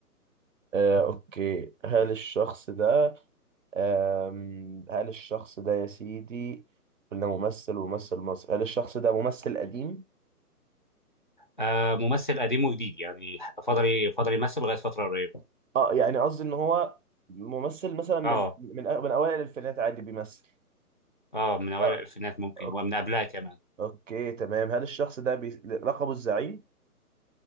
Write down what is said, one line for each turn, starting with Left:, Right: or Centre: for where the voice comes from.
Right: آه، أوكي هل الشخص ده آم، هل الشخص ده يا سيدي قلنا ممثل وممثل مصري هل الشخص ده ممثل قديم؟
Left: آه ممثل قديم وجديد يعني فضل فضل يمثل لغايه فتره قريبه
Right: اه يعني قصدي إن هو ممثل مثلا من
Left: اه
Right: من أ- من أوائل الألفينات عادي بيمثل
Left: اه من اوائل
Right: آه،
Left: الالفينات ممكن
Right: أوك-
Left: ومن قبلها كمان
Right: أوكي تمام هل الشخص ده بي... لقبه الزعيم؟